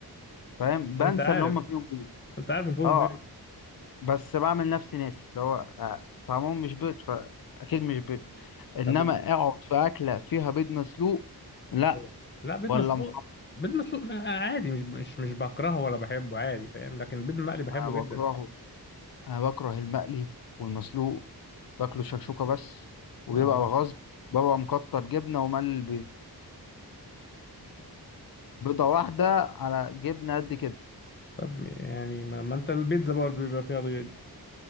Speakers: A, on the left (about 60°); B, on the left (about 30°).
A: فاهم بنسى
B: وانت عارف
A: اللي هم فيهم بيض
B: انت عارف الفول
A: اه
B: بيض
A: بس بعمل نفسي ناسي اللي هو آه، طعمهم مش بيض فأكيد مش بيض إنما
B: طب الب...
A: أقعد في أكلة فيها بيض مسلوق لا
B: أوه. لا بيض
A: ولا
B: مسلوق
A: محمر
B: بيض مسلوق ما- عادي مش مش مش بكرهه ولا بحبه عادي فاهم لكن البيض المقلي بحبه
A: أنا بكرهه
B: جدا
A: أنا بكره المقلي والمسلوق باكله شكشوكة بس وبيبقى
B: اه
A: غصب ببقى مكتر جبنة وملي البيض بيضة واحدة على جبنة قد كده
B: طب يعني ما, ما انت البيتزا برضه بيبقى فيها بيض